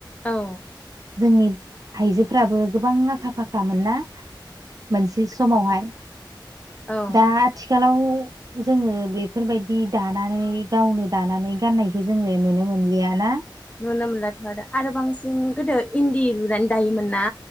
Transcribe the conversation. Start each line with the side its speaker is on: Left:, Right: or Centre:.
Left: औ
Right: जोंनि आइजोफ्राबो गोबां आखा फाखामोन। मानोना मोनसे समावहाय
Left: औ
Right: दा आथिखालाव जोङो बेफोरबायदि दानानै गावनो दानानै गाननायखौ जोङो नुनो मोनलियाना?
Left: नुनो मोनलाथ' आरो आरो बांसिन गोदो इन्दि लुनानै दायोमोन ना?